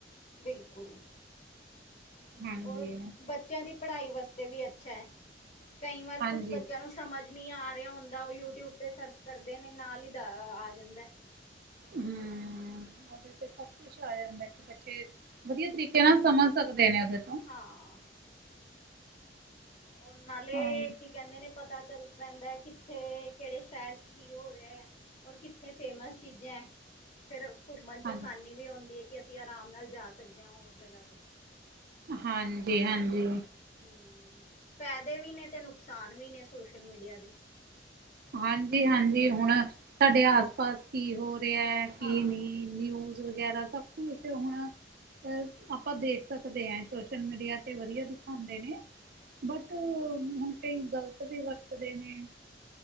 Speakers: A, on the left; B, on the right.
A: ਬਿਲਕੁਲ
B: ਹਾਂਜੀ
A: ਔਰ ਬ ਬੱਚਿਆਂ ਦੀ ਪੜ੍ਹਾਈ ਵਾਸਤੇ ਵੀ ਅੱਛਾ ਹੈ, ਕਈ ਵਾਰ
B: ਹਾਂਜੀ
A: ਕੁਛ ਬੱਚਿਆਂ ਨੂੰ ਸਮਝ ਨਹੀਂ ਆ ਰਿਹਾ ਹੁੰਦਾ, ਉਹ ਯੂਟਿਊਬ ਤੇ ਸਰਚ ਕਰਦੇ ਨੇ ਨਾਲ ਹੀ ਦਾ ਆ ਜਾਂਦਾ
B: ਹਮ ਉਹਦੇ ਤੇ ਸਭ ਕੁਛ ਆ ਜਾਂਦਾ ਕਿ ਬੱਚੇ ਵਧੀਆ ਤਰੀਕੇ ਨਾਲ ਸਮਝ ਸਕਦੇ ਨੇ ਉਹਦੇ ਤੋਂ
A: ਹਾਂ ਉਹ ਨਾਲੇ
B: ਹਾਂਜੀ
A: ਕਿ ਕਹਿੰਦੇ ਨੇ ਪਤਾ ਚੱਲ ਰਹਿੰਦਾ ਹੈ, ਕਿੱਥੇ, ਕਿਹੜੇ ਸ਼ਹਿਰ ਚ ਕੀ ਹੋ ਰਿਹਾ ਹੈ। ਔਰ ਕਿੱਥੇ ਫੇਮਸ ਚੀਜ਼ਾਂ ਫਿਰ ਘੁੰਮਣ ਚ
B: ਹਾਂਜੀ
A: ਆਸਾਨੀ ਵੀ ਆਉਂਦੀ ਹੈ ਕਿ ਅਸੀਂ ਆਰਾਮ ਨਾਲ ਜਾ ਸਕਦੇ ਹਾਂ ਉਸ ਜਗ੍ਹਾ ਤੇ,
B: ਹਾਂਜੀ ਹਾਂਜੀ
A: ਹਮ ਫਾਇਦੇ ਵੀ ਨੇ ਤੇ ਨੁਕਸਾਨ ਵੀ ਨੇ ਸੋਸ਼ਲ ਮੀਡੀਆ ਦੇ
B: ਹਾਂਜੀ, ਹਾਂਜੀ, ਹੁਣ ਸਾਡੇ ਆਸ ਪਾਸ ਕੀ ਹੋ ਰਿਹਾ ਹੈ,
A: ਹਾਂ
B: ਕੀ ਨਹੀਂ ਨਿਊਜ਼ ਵਗੈਰਾ ਸਭ ਕੁਛ ਹੁਣ ਆਪਾਂ ਦੇਖ ਸਕਦੇ ਹਾਂ ਸੋਸ਼ਲ ਮੀਡੀਆ ਤੇ ਵਧੀਆ ਦਿਖਾਉਣ ਦੇ ਨੇ, ਬਟ ਹੁਣ ਕਈ ਗ਼ਲਤ ਵੀ ਵਰਤਦੇ ਨੇ